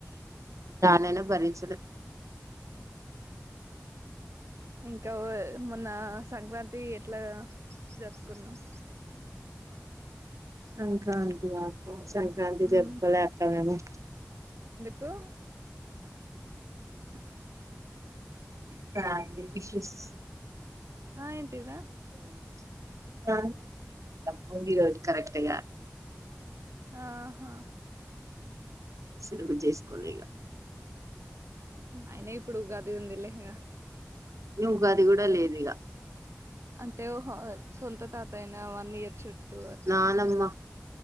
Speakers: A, on the right; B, on the right.
A: నేను బరించలే
B: ఇంకా మొన్నా సంక్రాంతీ ఎట్లా జరుపుకున్నవ్
A: సంక్రాంతి ఆ సంక్రాంతి
B: ఉమ్
A: జరుప్కోలేక్క మేము
B: కూ ఆ.
A: Family issues.
B: ఆ ఏంటివి రా.
A: <inaudible> బోగి రోజ్ కరెక్ట్ గా.
B: ఆహ
A: సెలవు చేసుకోలే ఇగ
B: అయిన ఇప్పుడు ఉగాది ఉంది లేగ
A: ఉగాది గుడ లేదు ఇగ
B: అంటే ఓహో సొంత తాతయ్యనా వన్ ఇయర్ చు టూ అట్లనా
A: నానమ్మ